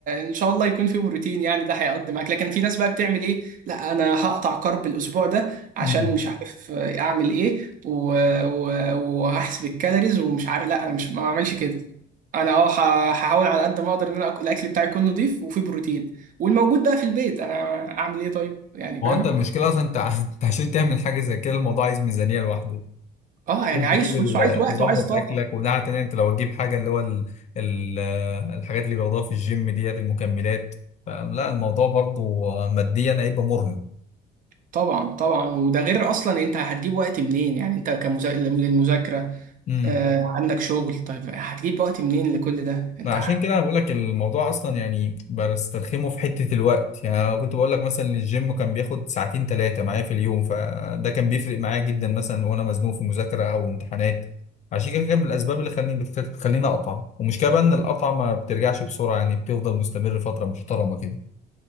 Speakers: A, on the right (about 50°); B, on the left (about 45°).
A: ان شاء الله يكون فيه بروتين يعني ده هيقضي معاك لكن في ناس بقى بتعمل ايه لا انا هقطع كارب الاسبوع ده عشان
B: امم
A: مش عارف اعمل ايه و... و... وهحسب الكالوريز ومش عارف لا انا مش ما بعملش كده انا اه ه- هحاول على قد ما اقدر ان انا أك- الاكل بتاعي يكون نظيف وفيه بروتين والموجود بقى في البيت انا اعمل ايه طيب يعني فاهم
B: هو انت المشكلة اصلا انت <laughs> انت عشان تعمل حاجة زي كده الموضوع عايز ميزانية لوحده
A: اه يعني
B: عشان
A: عايز
B: تجيب
A: فلوس
B: ال-
A: وعايز وقت
B: تظبط
A: وعايز طاقة
B: اكلك ومناعه تانية انت لو تجيب حاجه اللي هو ال... ال... الحاجات اللي بياخدوها في الجيم ديت المكملات فلا الموضوع برضو ماديا هيبقى مرهق
A: طبعا طبعا وده غير اصلا انت هتجيب وقت منين يعني انت كمذا... للمذاكره
B: امم
A: آه عندك شغل طيب هتجيب وقت منين لكل ده انت
B: ما عشان كده انا بقول لك الموضوع اصلا يعني بسترخمه في حته الوقت يعني أنا كنت بقول لك مثلا إن الجيم كان بياخد ساعتين ثلاثه معايا في اليوم فده كان بيفرق معايا جدا مثلا وانا مزنوق في مذاكره او امتحانات عشان كده كان من الاسباب اللي خلاني بتخليني اقطع ومشكله بقى ان القطعه ما بترجعش بسرعه يعني بتفضل مستمر فتره محترمه كده